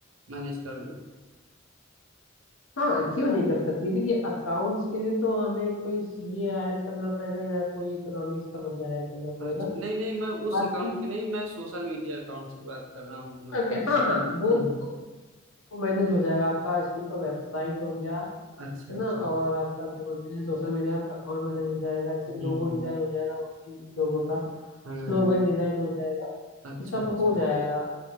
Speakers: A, on the right; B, on the left.
A: मैनेज कर लो?
B: हाँ क्यों नहीं कर सकती देखिए अकाउंट्स के लिए तो हमें कोई सीए हायर करना पड़ेगा या कोई इकोनॉमिक्स का बंदा हायर करना पड़ेगा
A: अच्छा नहीं नहीं मैं उस
B: बाकी
A: अकाउंट की नहीं मैं सोशल मीडिया अकाउंट्स की बात कर रहा हूँ मतलब
B: okay,
A: जैसे
B: हाँ हाँ
A: इन-
B: वो,
A: <laughs> हाँ,
B: वो मैनेज हो जाएगा आपका स्कूल का वेबसाइट हो गया
A: हाँ, अच्छा
B: है
A: अच्छा
B: ना और आपका क्या बोलते हैं सोशल मीडिया अकाउंट मैनेज हो जाएगा इससे
A: हम्म
B: लोगो
A: हम्म
B: डिजाइन हो जाएगा लोगों का
A: हाँ हाँ,
B: स्लोगन डिजाइन हो जाएगा
A: अच्छा
B: ये सब
A: अच्छा
B: हो जाएगा